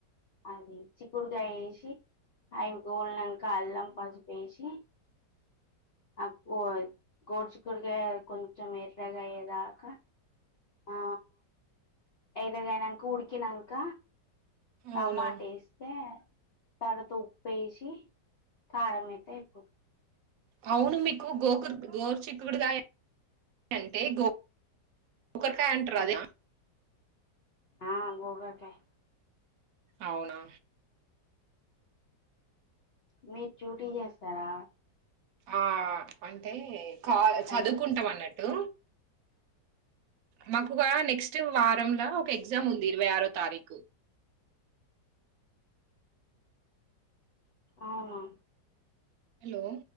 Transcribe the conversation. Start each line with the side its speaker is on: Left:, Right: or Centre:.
Left: అది చిక్కుడుకాయేసి. అయ్ గోల్నంకా అల్లం పసుపేసి. అగ్గో గోర్ చిక్కుడుకాయ కొంచెం ఎర్రగయ్యే దాకా ఆ. ఎర్రగయినంక ఉడికినంక టమాటేస్తే.
Right: అవునా
Left: తర్వాత ఉప్పేసి కారమేత్తే అయిపో
Right: అవును మీకు గోకుర్ గోర్ చిక్. చిక్కుకాయ అంటే గో గోకర్కాయ అంటారు అదేనా
Left: ఆ గోకర్కాయ్.
Right: అవునా.
Left: మీరు డ్యూటీ చేస్తారా.
Right: ఆ అంటే కా
Left: హలో
Right: చదువుకుంటం అన్నట్టు. మాకోగ నెక్స్ట్ వారంలా ఒక ఎగ్జామ్ ఉంది. ఇరవై ఆరో తారీకు.
Left: అవున.
Right: హలో.